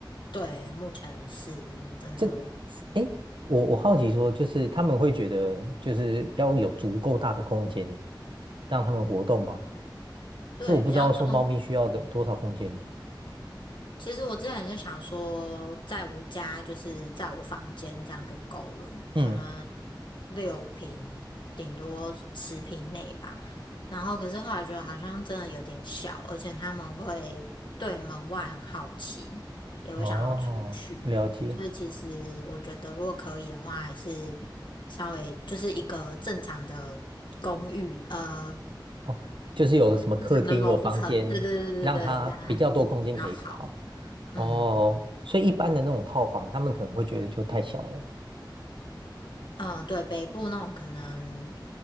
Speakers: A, on the left; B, on the right.
A: 对，目前是真的，
B: 这个，哎，我我好奇说，就是他们会觉得就是要有足够大的空间让他们活动吗？
A: 对，
B: 就我不知道说猫咪需要的多少空间。
A: 比较重其实我之前就想说，在我家就是在我房间这样就够了，
B: 嗯，
A: 可能六平顶多十平内吧。然后可是后来觉得好像真的有点小，而且他们会对门外很好奇，也会想要出去。
B: 哦，了解。
A: 所以其实我觉得，如果可以的话，还是稍微就是一个正常的公寓，呃，
B: 哦，就是有个什么客厅，
A: 正常的楼层，
B: 有房间，
A: 对对对对对，
B: 让它比较多空间可以跑。
A: 这样还是比较好。嗯。
B: 哦，所以一般的那种套房，他们可能会觉得就太小了。
A: 嗯、呃对，北部那种可能